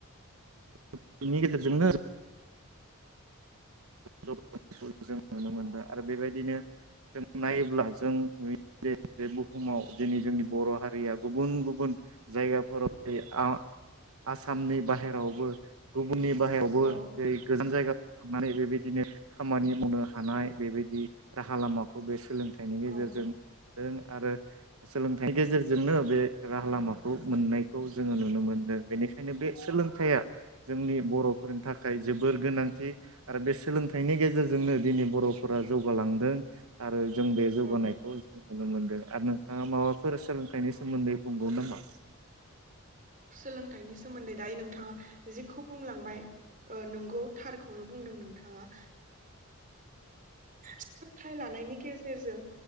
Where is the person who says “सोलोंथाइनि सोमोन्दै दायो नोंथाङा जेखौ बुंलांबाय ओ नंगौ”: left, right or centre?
Right